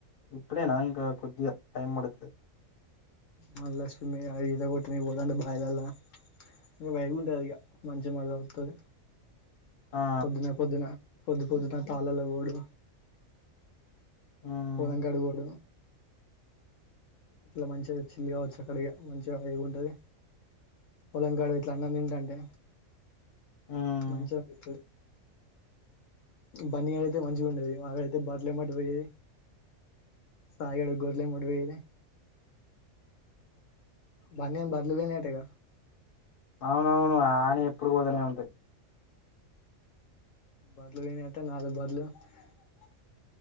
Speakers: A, on the left; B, on the left.
A: ఇప్పుడేన ఇంకా కొద్దిగా టైం పడుతుదు
B: మళ్ళా స్విమ్మి అ ఈత కొట్టని పోతుంటే బావిలల్లో, ఇం వైబ్ ఉంటుది ఇక మంచిగా మజా వస్తది
A: ఆ
B: పొద్దునా పొద్దినా పొద్దు పొద్దున తాళల ఓడు
A: ఉమ్
B: పొలంకాడు <unintelligible> ఇట్లా మంచిగా చిల్ కావచ్చు అక్కడి మంచిగా వైబ్ ఉంటుంది, పొలంకాడు ఇట్లా అన్న తింటంటే
A: ఉమ్
B: మంచిగా అనిపిస్తది బన్న అయితే మంచిగా ఉండేది వా అయితే బట్టలు ఏమట్ పోయేది సాయగాడు గోర్లే మడపోయేది బన్నను బర్లు పోనేటగా
A: అవునవును ఆని ఎప్పుడు పోతూనే ఉంటాయి
B: బట్టలు పోయినట నాలుగు బట్లు <unintelligible>